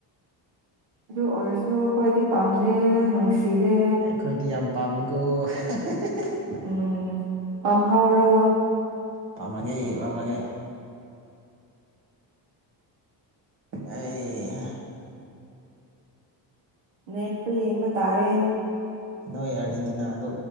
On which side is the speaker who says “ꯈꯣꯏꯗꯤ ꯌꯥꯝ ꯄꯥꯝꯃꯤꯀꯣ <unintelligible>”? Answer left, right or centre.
Right